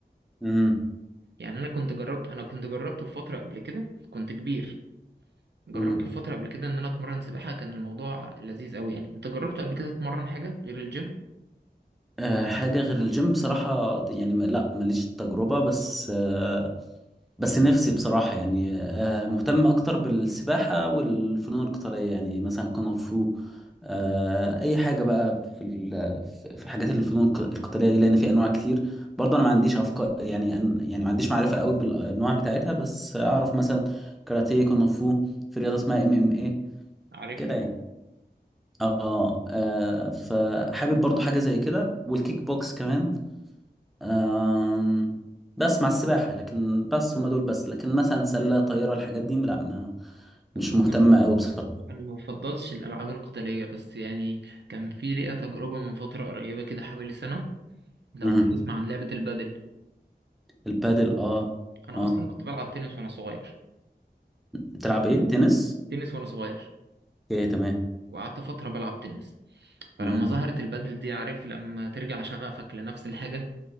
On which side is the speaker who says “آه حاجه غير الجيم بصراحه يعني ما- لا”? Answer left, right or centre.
Centre